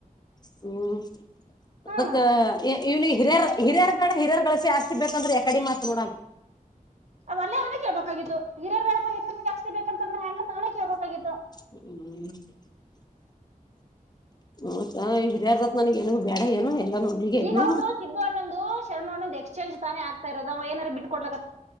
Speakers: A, on the left; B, on the right.
A: ಹ್ಮ್
B: ಹ್ಮ್
A: ಅದಕ್ಕ ಇವನೀಗಿ ಹಿರಿಯ ಹಿರಯಾರ್ ಬೇಡ ಹಿರಯಾರ್ಗಳ ಆಸ್ತಿ ಬೇಕಂದ್ರೆ ಯಕಡೆ ಮಾತ್ರ ನೋಡ.
B: ಅವ ಅಲ್ಲೆ ಅವನೇ ಕೇಳಬೇಕಾಗಿತ್ತು ಹಿರಿಯರ್ ಬೇಡಪ ಹಿರಿಯರ ಆಸ್ತಿ ಬೇಕಂತಂದ್ರೆ ಹೆಂಗಂತ ಅವನೇ ಕೇಳ್ಬೇಕಾಗಿತ್ತು
A: <inaudible> ಹ ಹ ಹಿರ್ಯಾರ್ದತ್ ನನಗ ಏನು ಬೇಡ ಏನು ಎಲ್ಲ ಅವರಿಗೆ ಏನು.
B: ಈಗ ಹೌದು ಸಿದ್ದು ಅಣ್ಣಂದು ಶರಣು ಅಣ್ಣಂದು ಎಸ್ಚೇಜ್ ತಾನೆ ಆಗ್ತ ಇರೋದು ಅವ ಏನರಾ ಬಿಟ್ ಕೊಡ್ಲ